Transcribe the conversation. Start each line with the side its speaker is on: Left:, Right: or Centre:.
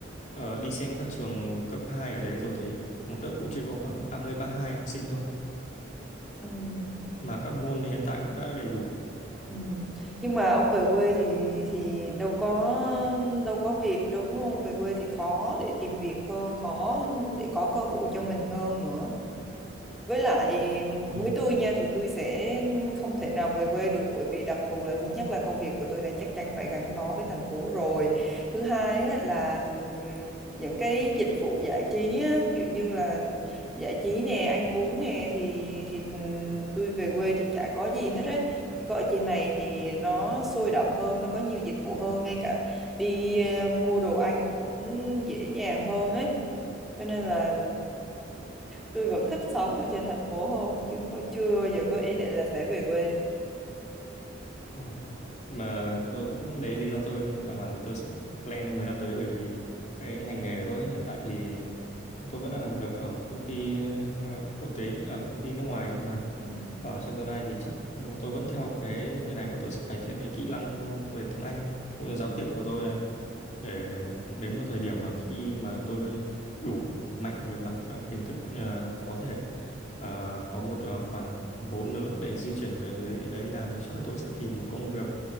Left: ờ, đi xem các trường cấp 2 ở đấy rồi thì một lớp cũng chỉ có khoảng 30 hai học sinh thôi
Centre: ừ,
Left: mà các môn hiện tại cũng đã đầy đủ
Centre: ừ. Nhưng mà ông về quê thì thì đâu có đâu có việc đâu đúng không? Về quê thì khó để tìm việc hơn, khó để có cơ hội cho mình hơn nữa. Với lại
Left: ừ.
Centre: với tôi nha thì tôi sẽ không thể nào về quê được bởi vì đặc thù là thứ nhất là công việc của tôi này chắc chắn phải gắn bó với thành phố rồi. Thứ hai á, là ừm, những cái dịch vụ giải trí á, kiểu như là giải trí nè, ăn uống nè thì thì ừm, tôi về quê thì chả có gì hết ấy. Chỉ có ở trên này thì nó sôi động hơn, nó có nhiều dịch vụ hơn, ngay cả đi ờ, mua đồ ăn cũng dễ dàng hơn ấy. Cho nên là tôi vẫn thích sống ở trên thành phố hơn chứ không, chưa bao giờ có ý định là sẽ về quê
Left: Wow. mà tôi cũng đấy là lý do tôi mà bảo tôi sẽ plan trong 10 năm tới bởi vì cái ngành nghề của tôi hiện tại thì Tôi vẫn đang làm việc ở công ty ờ, quốc tế, ở công ty nước ngoài nhưng mà
Centre: ừ
Left: ở trong tương lai thì chắc ừ, tôi vẫn theo cái như này và tôi sẽ cải thiện cái kỹ năng về tiếng Anh cũng như
Centre: ừ
Left: giao tiếp của tôi để đến một thời điểm mà khi mà tôi đủ mạnh về mặt à, kiến thức cũng như là có thể à, có một à, khoản vốn lớn để di chuyển về dưới đấy làm thì chắc là tôi sẽ tìm một công việc